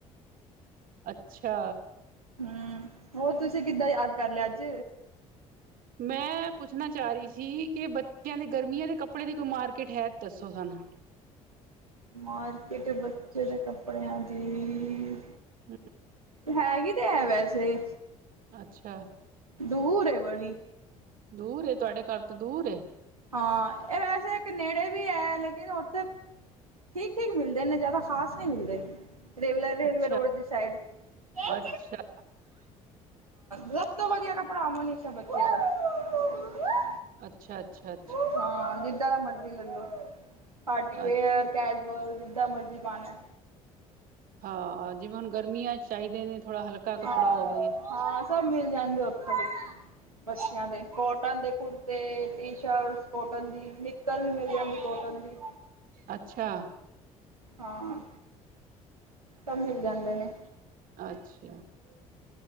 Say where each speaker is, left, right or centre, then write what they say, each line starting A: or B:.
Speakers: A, on the right (about 55°); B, on the right (about 85°).
A: ਅੱਛਾ।
B: ਹਮ ਹੋਰ ਤੁਸੀਂ ਕਿੱਦਾਂ ਯਾਦ ਕਰ ਲਿਆ ਅੱਜ।
A: ਮੈਂ ਪੁੱਛਣਾ ਚਾਹ ਰਹੀ ਸੀ ਕਿ ਬੱਚਿਆਂ ਦੇ ਗਰਮੀਆਂ ਦੇ ਕੱਪੜੇ ਦੀ ਕੋਈ ਮਾਰਕੀਟ ਹੈ ਦੱਸੋ ਸਾਨੂੰ।
B: ਮਾਰਕੀਟ ਬੱਚੇ ਦੇ ਕੱਪੜਿਆਂ ਦੀ
A: ਹੇਲੋ।
B: ਹੈਗੀ ਤੇ ਹੈ ਵੈਸੇ
A: ਅੱਛਾ।
B: ਦੂਰ ਏ ਬੜੀ
A: ਦੂਰ ਏ ਤੁਹਾਡੇ ਘਰ ਤੋਂ ਦੂਰ ਏ
B: ਹਾਂ ਇਹ ਵੈਸੇ ਇੱਕ ਨੇੜੇ ਵੀ ਹੈ ਲੇਕਿਨ ਉੱਥੇ ਠੀਕ ਠੀਕ ਮਿਲਦੇ ਨੇ ਜ਼ਿਆਦਾ ਖਾਸ ਨਹੀਂ ਮਿਲਦੇ। ਰੇਵਲੇ ਰੇਲਵੇ
A: ਅੱਛਾ,
B: ਰੋਡ ਦੀ ਸਾਈਡ ਹਾਂ
A: ਅੱਛਾ,
B: ਸਭ ਤੋਂ ਵਧੀਆ ਕੱਪੜਾ ਅਮਨ ਬੱਚਿਆਂ ਦਾ
A: ਅੱਛਾ ਅੱਛਾ ਅੱਛਾ।
B: ਹਾਂ ਜਿੱਦਾਂ ਦਾ ਮਰਜੀ ਲੈਲੋ ਪਾਰਟੀ ਵੇਅਰ
A: ਅੱਛਾ।
B: ਕੈਜੂਆਲ ਜਿੱਦਾਂ ਮਰਜ਼ੀ ਪਾਉਣਾ।
A: ਹਾਂ ਜਿਵੇਂ ਹੁਣ ਗਰਮੀਆਂ ਚ ਚਾਹੀਦੇ ਨੇ ਥੋੜ੍ਹਾ ਹਲਕਾ ਕੱਪੜਾ
B: ਹਾਂ
A: ਹੋਵੇ।
B: ਹਾਂ ਸਭ ਮਿਲ ਜਾਂਗੇ ਉੱਥੇ ਬੱਚਿਆਂ ਦੇ ਕੋਟਨ ਦੇ ਕੁੜ ਤੇ ਟੀ ਸ਼ਰਟ ਕੋਟਨ ਦੀ, ਨਿੱਕਰ ਵੀ ਮਿਲ ਜਾਂਦੀ ਕੋਟਨ ਦੀ।
A: ਅੱਛਾ।
B: ਹਾਂ। ਸਭ ਮਿਲ ਜਾਂਦੇ ਨੇ।
A: ਅੱਛਾ।